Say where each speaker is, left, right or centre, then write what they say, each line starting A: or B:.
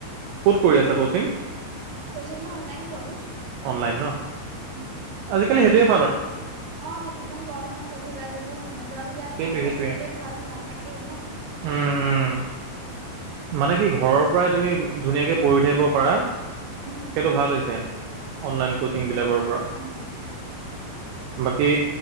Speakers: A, on the right; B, on the right.
A: ক'ত কৰি আছে ক'চিং?
B: কচিং মই অনলাইন কৰো।
A: অনলাইন ন,
B: উম।
A: আজিকালি সেইটোয়ে।
B: অ, ইমান গৰমত ক'তো ওলাই যাব। মন নাযায় আৰু ইয়াত
A: সেইটোৱে
B: আমাৰ
A: সেইটোৱে
B: চবতে ভাল নাথাকেও, ন।
A: উম উম মানে কি ঘৰৰ পৰাই তুমি ধুনীয়াকে পৰি থাকিব পাৰা।
B: উম
A: সেইটো ভাল হৈছে, অনলাইন
B: সেইটোৱে
A: কোচিংবিলাকৰ পৰা
B: উম
A: বাকী